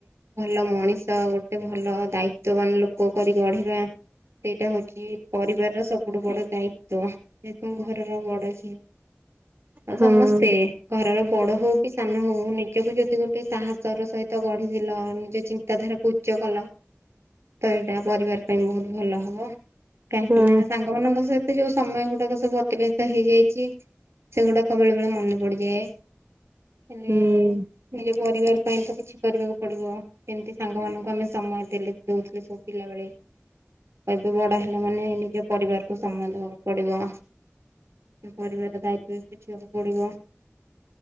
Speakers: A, on the right; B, on the right.
A: ଭଲ ମଣିଷ ଗୋଟେ ଭଲ ଦାୟିତ୍ୱବାନ ଲୋକ କରି ଗଢିବା। ସେଇଟା ହଉଛି ପରିବାର ର ସବୁଠୁ ବଡ ଦାୟିତ୍ଵ। ଯେହେତୁ ମୁଁ ଘରର ବଡ ଝିଅ ଆଉ
B: ହଁ
A: ସମସ୍ତେ ଘରର ବଡ ହଉ କି ସାନ ହଉ ନିଜକୁ ଯଦି ଗୋଟେ ସାହସ ର ସହିତ ଗଢିଦେଲ ନିଜ ଚିନ୍ତାଧାରାକୁ ଉଚ୍ଚ କଲ ତ ଏଇଟା ପରିବାର ପାଇଁ ବହୁତ ଭଲ ହବ। କାହିଁକି
B: ହଁ
A: ନା ସାଙ୍ଗମାନଙ୍କ ସହିତ ଯୋଉ ସମୟ ଗୁଡାକ ସବୁ ଅତିବାହିତ ହେଇଯାଇଚି ସେଗୁଡାକ ବେଳେ ବେଳେ ମନେ ପଡିଯାଏ ହେଲେ
B: ହୁଁ
A: ନିଜ ପରିବାର ପାଇଁ ତ କିଛି କରିବାକୁ ପଡିବ। ସେମିତି ସାଙ୍ଗମାନଙ୍କୁ ଆମେ ସମୟ ଦେଲେ ଦଉଥିଲେ ପିଲାବେଳେ ଏବେ ବଡ ହେଲା ମାନେ ନିଜ ପରିବାରକୁ ସମୟ ଦେବାକୁ ପଡିବ। ପରିବାର ଦାଇତ୍ୱ ବୁଝିବାକୁ ପଡିବ।